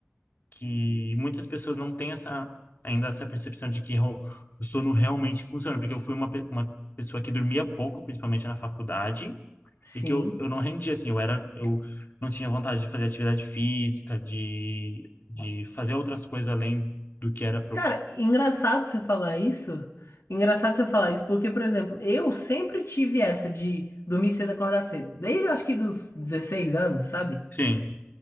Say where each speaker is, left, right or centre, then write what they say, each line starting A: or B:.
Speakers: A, on the left; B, on the left.
A: que muitas pessoas não têm essa ainda essa percepção de que real- o sono realmente funciona, porque eu fui uma, pe- uma pessoa que dormia pouco, principalmente na faculdade,
B: sim.
A: e que eu, eu não rendia assim, eu era eu não tinha vontade de fazer atividade física, de de fazer outras coisas além do que era pro...
B: Cara, engraçado você falar isso. Engraçado você falar isso, porque, por exemplo, eu sempre tive essa de dormir cedo e acordar cedo. Desde eu acho que dos 16 anos, sabe?
A: Sim,